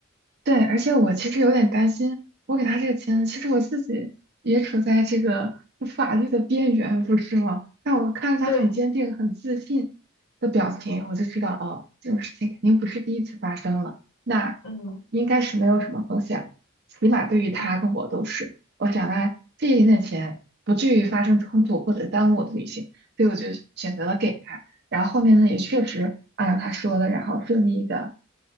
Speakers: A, on the right (about 55°); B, on the left (about 75°).
A: 对，而且我其实有点担心，我给他这个钱，其实我自己也处在这个法律的边缘，不是吗？但我看着他很坚定、
B: 对，
A: 很自信的表情，我就知道，哦，这种事情肯定不是第一次发生了，那
B: 嗯
A: 应该是没有什么风险的，起码对于他跟我都是。
B: 啊
A: 我想呢，这一点点钱不至于发生冲突或者耽误我的旅行，所以我就选择了给他。然后后面呢，也确实按照他说的，然后顺利的